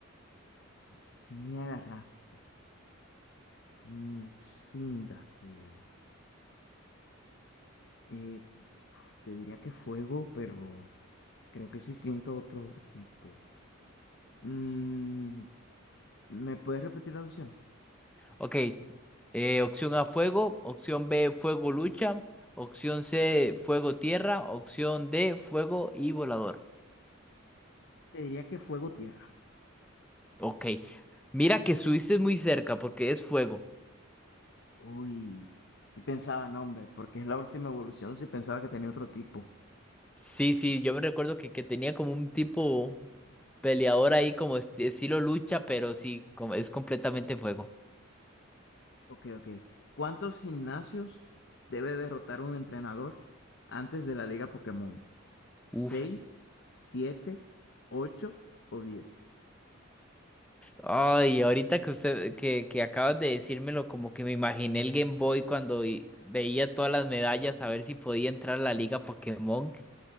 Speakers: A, on the left; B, in the centre.
A: Que si me agarraste. Mm, Cyndaquil. Eh, uf, te diría que fuego, pero creo que sí siento otro tipo. Mm, ¿me puedes repetir las opciones?
B: Ok. eh, opción A, fuego. Opción B, fuego, lucha. Opción C, fuego, tierra. Opción D, fuego y volador.
A: Te diría que fuego tierra.
B: Ok. Mira que estuviste muy cerca porque es fuego.
A: Uy, si pensaba nombre, porque es la última evolución, Si pensaba que tenía otro tipo.
B: Sí, sí, yo me recuerdo que, que tenía como un tipo peleador ahí como esti- estilo lucha, pero sí, como es completamente fuego.
A: Okey, okey. ¿Cuántos gimnasios debe derrotar un entrenador antes de la Liga Pokémon? Seis,
B: Uf.
A: 7, 8 o 10.
B: Ay, ahorita que usted, que, que acabas de decírmelo, como que me imaginé el Game Boy cuando i- veía todas las medallas a ver si podía entrar a la Liga Pokémon.